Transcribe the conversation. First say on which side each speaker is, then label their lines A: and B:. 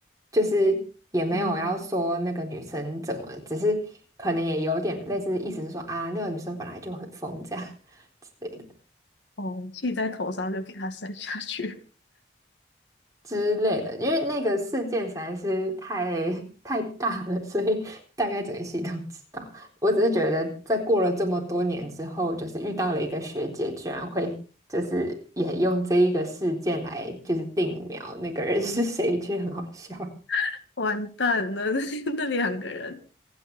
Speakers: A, on the right; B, on the left.
A: 就是也没有要说那个女生怎么，
B: 哦
A: 只是可能也有点类似意思是说啊，那个女生本来就很疯这样 <laughs>。
B: 哦，气在头上就给他生下去，
A: 之类的，因为那个事件实在是太 <laughs> 太大了，所以 <laughs> 大概整个系统知道。我只是觉得，在过了这么多年之后，就是遇到了一个学姐，居然会就是也用这一个事件来就是定苗那个人是谁，其实很好笑。
B: <laughs> 完蛋了！<laughs> 那两个人，